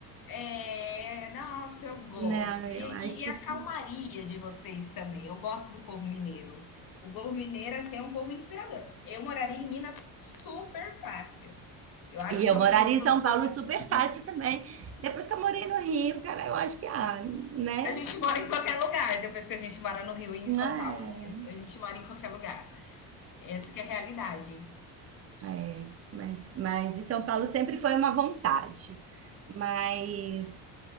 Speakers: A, on the left; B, on the right.
A: É, nossa, eu gosto.
B: Não,
A: E,
B: eu
A: e-
B: acho
A: e a calmaria
B: que...
A: de vocês também. Eu gosto do povo mineiro. O povo mineiro, assim, é um povo inspirador. Eu moraria em Minas super fácil. Eu acho
B: E eu
A: que é
B: moraria
A: um que
B: em São
A: eu não voltaria.
B: Paulo super
A: assim
B: fácil também. Depois que eu morei no Rio, cara, eu acho que, ah, né?
A: A gente mora em qualquer lugar, depois que a gente mora no Rio e em
B: Não
A: São
B: é.
A: Paulo. A gente mora em qualquer lugar. Essa que é a realidade.
B: É, mas, mas em São Paulo sempre foi uma vontade, mas